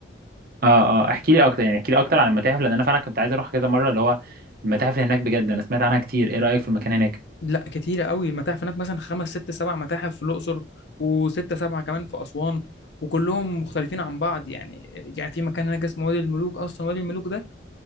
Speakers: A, on the right; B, on the left.
A: اه اه احكي لي اكتر يعني احكي لي اكتر عن المتاحف لان انا فعلا كنت عايز اروح كذا مره اللي هو المتاحف اللي هناك بجد انا سمعت عنها كتير ايه رايك في المكان هناك
B: لا كتيرة قوي المتاحف هناك مثلا خمس ست سبع متاحف في الأقصر وستة سبعة كمان في أسوان وكلهم مختلفين عن بعض يعني يعني في مكان هناك اسمه وادي الملوك اصلا وادي الملوك ده